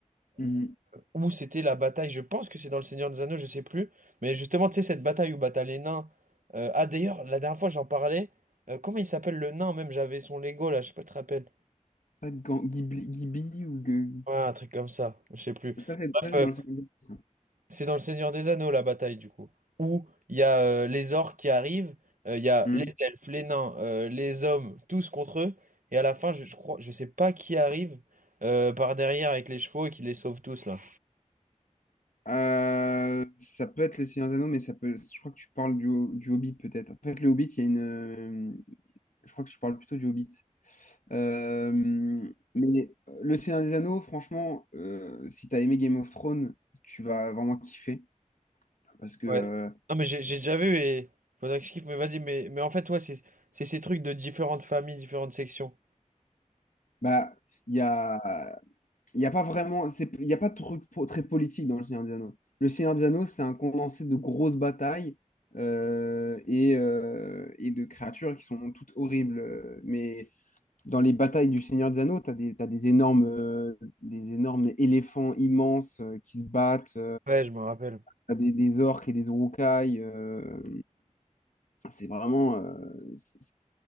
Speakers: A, on the left (about 80°); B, on the right (about 85°).
A: on-
B: où c'était la bataille, je pense que c'est dans Le Seigneur des Anneaux, je sais plus, mais justement, tu sais, cette bataille où bah, t'as les nains. euh, ah, d'ailleurs, la dernière fois, j'en parlais. euh, comment il s'appelle le nain, même? J'avais son Lego, là, je sais pas, si tu te rappelles?
A: pas Gan- Ghibli, Ghibli ou Gue-
B: Ouais, un truc comme ça, je sais plus.
A: ça c'est ça, c'est
B: euh,
A: dans le Seigneur des Anneaux, ça.
B: c'est dans Le Seigneur des Anneaux, la bataille, du coup, où il y a euh, les orques qui arrivent, euh, il y a
A: Hmm.
B: les elfes, les nains, euh, les hommes, tous contre eux, et à la fin, je, je crois, je sais pas qui arrive euh, par derrière avec les chevaux et qui les sauve tous, là.
A: Euh, ça peut être le Seigneur des Anneaux, mais ça peut. Je crois que tu parles du, Ho- du Hobbit peut-être. En fait, le Hobbit, il y a une, euh, Je crois que je parle plutôt du Hobbit. Euh, mais euh, Le Seigneur des Anneaux, franchement, euh, si t'as aimé Game of Thrones, tu vas vraiment kiffer. Parce que euh,
B: Ouais. Non, mais j'ai j'ai déjà vu et faudrait que je kiffe, mais vas-y, mais, mais en fait, ouais, c'est c'est ces trucs de différentes familles, différentes sections.
A: bah, il y a, il y a pas vraiment, c'est- il y a pas de truc po- très politique dans Le Seigneur des Anneaux. Le Seigneur des Anneaux, c'est un condensé de grosses batailles euh, et, euh, et de créatures qui sont toutes horribles. euh, Mais dans les batailles du Seigneur des Anneaux, tu as des, t'as des énormes, euh, des énormes éléphants immenses euh, qui se battent, tu
B: Ouais, je me rappelle.
A: as des, des orques et des uruk-hai. euh, c'est vraiment euh, c'est